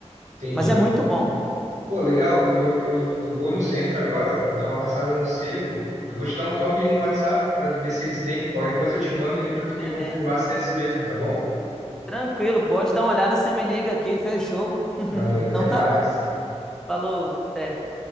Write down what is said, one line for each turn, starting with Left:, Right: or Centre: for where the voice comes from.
Right: Entendi.
Centre: Mas é muito bom.
Right: Pô, legal. Eu, eu, eu vou no centro agora, vou dar uma passada no sebo. Eu vou te dar um toque aí no WhatsApp pra ver se eles têm. Qualquer coisa eu te mando ali pra tu me
Centre: Beleza.
Right: confirmar se é esse mesmo, tá bom?
Centre: Tranquilo, pode dar uma olhada, você me liga aqui, fechou. <laughs>
Right: Valeu,
Centre: Então
Right: até
Centre: tá.
Right: mais.
Centre: Falou, até.